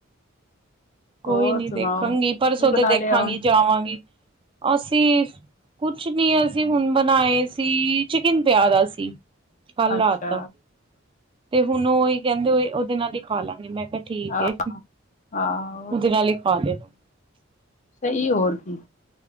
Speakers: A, on the right (about 25°); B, on the left (about 40°).
A: ਕੋਈ
B: ਹੋਰ
A: ਨੀ
B: ਸੁਣਾਓ
A: ਦੇਖਾਂਗੀ
B: ਕੀ
A: ਪਰਸੋ
B: ਬਣਾ
A: ਤੇ ਦੇਖਾਂਗੀ
B: ਲਿਆ ਹੁਣ
A: ਜਾਵਾਂਗੀ ਅਸੀਂ ਕੁਛ ਨੀ ਅਸੀਂ ਹੁਣ ਬਣਾਏ ਸੀ ਚਿਕਨ ਪਿਆ ਦਾ ਸੀ ਕੱਲ
B: ਅੱਛਾ
A: ਰਾਤ ਦਾ। ਤੇ ਹੁਣ ਓਈ ਕੈਂਦੇ ਓਦੇ ਨਾਲ ਈ ਖਾ ਲਾਂਗੇ ਮੈਂ ਕਿਆ ਠੀਕ
B: ਆਹ
A: ਏ
B: ਹਾਂ
A: ਉਦੇ ਨਾਲ ਈ ਖਾ ਲੇਗਾ।
B: ਸਈ ਹੋਰ ਕੀ?